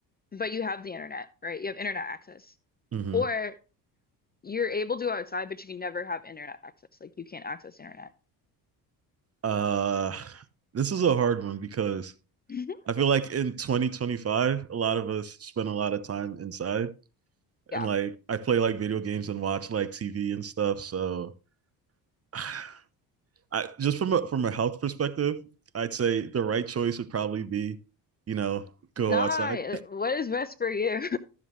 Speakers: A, on the left; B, on the right.
A: but you have the internet, right? You have internet access.
B: hmm
A: Or you're able to go outside, but you can never have internet access. Like you can't access internet.
B: Uh, this is a hard one because
A: <laughs>
B: I feel like in 2025, a lot of us spend a lot of time inside,
A: Yeah.
B: and like I play like video games and watch like TV and stuff. So, <sighs> I just from a, from a health perspective, I'd say the right choice would probably be, you know, go
A: Nah,
B: outside.
A: what is best for you? <laughs>